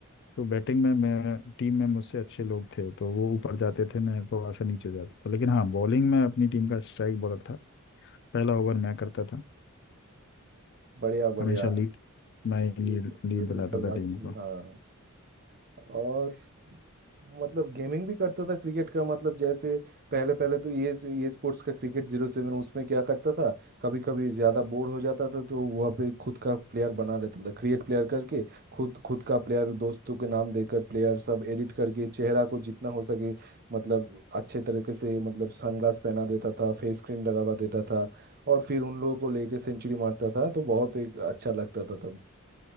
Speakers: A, on the left; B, on the right.
A: तो बैटिंग में मैं टीम में मुझसे अच्छे लोग थे तो वो ऊपर जाते थे मैं थोड़ा सा नीचे जाता था लेकिन हाँ बॉलिंग में अपनी टीम का स्ट्राइक बॉलर था पहला ओवर मैं करता था
B: बढ़िया बढ़िया
A: हमेशा लीड मैं लीड
B: ये तो
A: लीड
B: ये
A: दिलाता
B: तो सब
A: था
B: अच्छी
A: टीम को
B: हाँ और मतलब गेमिंग भी करता था क्रिकेट का मतलब जैसे पहले पहले तो ये ये स्पोर्ट्स का क्रिकेट जीरो सेवन उसमें क्या करता था कभी कभी ज्यादा बोर हो जाता था तो वहाँ पे खुद का प्लेयर बना लेता था क्रिएट प्लेयर करके खुद खुद का प्लेयर दोस्तों के नाम देकर प्लेयर सब एडिट करके चेहरा को जितना हो सके मतलब अच्छे तरीके से मतलब सनग्लास पहना देता था फेस क्रीम लगावा देता था और फिर उन लोगों को लेके सेंचुरी मारता था तो बहुत एक अच्छा लगता था तब